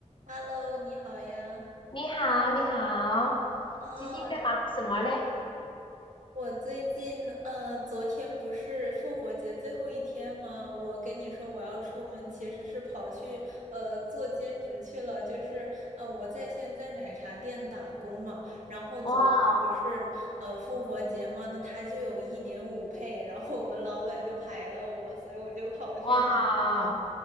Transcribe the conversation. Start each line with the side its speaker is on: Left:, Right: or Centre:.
Right: Hello，你好呀。
Left: 你好，你好，
Right: 哦，
Left: 最近在忙什么嘞？
Right: 我最近呃，昨天不是复活节最后一天吗？我跟你说我要出门，其实是跑去呃做兼职去了，就是呃我在现在奶茶店打工嘛。然后昨天不是呃复活节嘛，
Left: 哇哦
Right: 那他就有一点五配，然后我们老板就排了我，所以我就跑去。
Left: 哇，